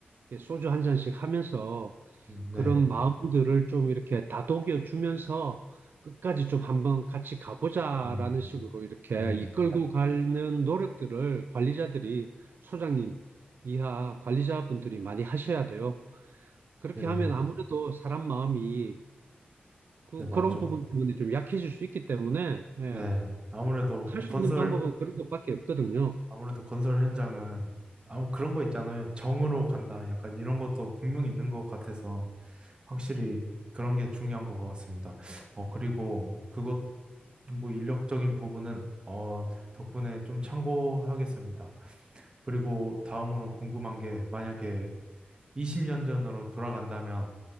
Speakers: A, on the right (about 65°); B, on the right (about 25°).
A: 이렇게 소주 한 잔씩 하면서,
B: 네,
A: 그런 마음들을 좀 이렇게 다독여 주면서, 끝까지 좀 한번 같이 가보자라는
B: 음,
A: 식으로 이렇게
B: 네,
A: 이끌고 가는 노력들을 관리자들이, 소장님 이하 관리자분들이 많이 하셔야 돼요. 그렇게
B: 네,
A: 하면 아무래도 사람 마음이 그,
B: 네, 맞죠.
A: 그런 부분 때문에 좀 약해질 수 있기 때문에, 예,
B: 네, 아무래도
A: 할 수
B: 건설,
A: 있는 방법은 그런 것밖에 없거든요.
B: 아무래도 건설 현장은 아무 그런 거 있잖아요. 정으로 간다. 약간 이런 것도 분명히 있는 것 같아서 확실히 그런 게 중요한 것 같습니다. 어, 그리고 그것, 뭐 인력적인 부분은 어, 덕분에 좀 참고하겠습니다. 그리고 다음으로 궁금한 게 만약에 20년 전으로 돌아간다면